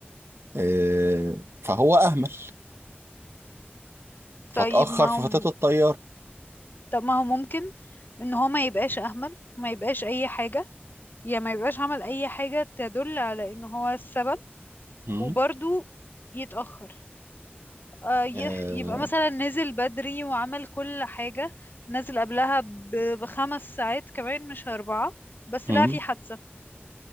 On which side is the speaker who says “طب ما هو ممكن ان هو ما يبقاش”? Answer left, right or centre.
Left